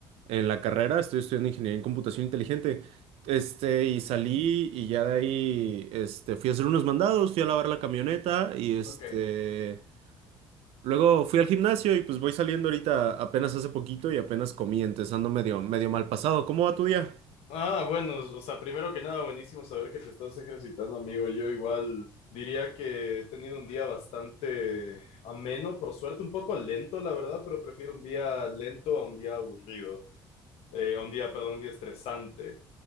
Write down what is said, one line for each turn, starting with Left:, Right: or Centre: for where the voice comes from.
Right: en la carrera, estoy estudiando ingeniería en computación inteligente, este, y salí y ya de ahí, este, fui a hacer unos mandados, fui a lavar la camioneta y, este,
Left: Ok,
Right: luego fui al gimnasio y pues voy saliendo ahorita apenas hace poquito y apenas comí, entonces ando medio, medio mal pasado. ¿Cómo va tu día?
Left: Ah, bueno, o sea, primero que nada, buenísimo saber que te estás ejercitando, amigo. Yo igual diría que he tenido un día bastante ameno, por suerte, un poco lento, la verdad, pero prefiero un día lento a un día aburrido, Eh, a un día, perdón, un día estresante.